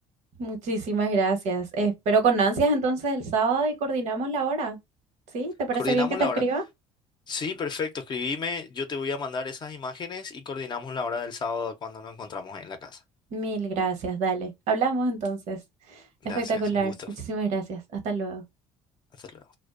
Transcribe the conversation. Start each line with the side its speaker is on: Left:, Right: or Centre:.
Right: Muchísimas gracias. Espero con ansias entonces el sábado y coordinamos la hora. ¿Sí? ¿Te parece
Left: coordinamos
Right: bien que te
Left: la
Right: escriba?
Left: hora. Sí, perfecto, escribime, yo te voy a mandar esas imágenes y coordinamos la hora del sábado cuando nos encontramos en la casa.
Right: Mil gracias, dale. Hablamos entonces.
Left: Gracias,
Right: Espectacular.
Left: un gusto.
Right: Muchísimas gracias. Hasta luego.
Left: Hasta luego.